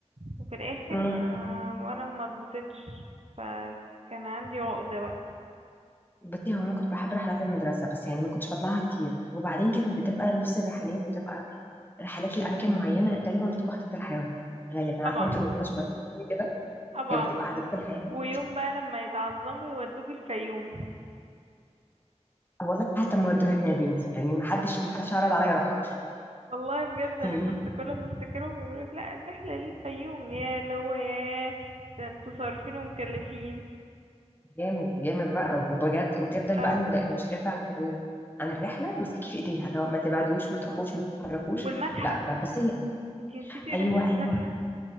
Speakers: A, on the right; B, on the left.
A: وفي الاخر
B: امم
A: ما وانا ما اتبسطتش فكان عندي عقده بقى
B: بصي هو انا كنت بحب رحلات المدرسه بس يعني ما كنتش بطلعها كتير وبعدين كانت بتبقى نفس الرحلات بتبقى رحلات لاماكن معينه غالبا بتبقى حديقه الحيوان غالبا عارفه
A: طبعا
B: انت واحنا صغيرين قوي كده
A: طبعا
B: كانت بتبقى حديقه الحيوان
A: ويوم بقى لما يتعظموا يودوك الفيوم
B: والله حتى ما ودوها لنا يا بنتي يعني ما حدش ما حدش عرض عليا اروح
A: والله بجد انا
B: يعني
A: كنت كل ما افتكرهم يقولوا لك لا الرحله للفيوم يا اللي هو يا ده انتوا صارفين ومكلفين
B: جامد جامد بقى وبجد وتفضل
A: اه
B: بقى المد- المشرفه عن ال- عن الرحله ماسكه في ايديها لو ما تبعدوش ما تروحوش ما تتحركوش
A: والمتحف
B: لا ب- بس هي
A: انتي نسيتي رحلة
B: ايوه
A: المتحف
B: ايوه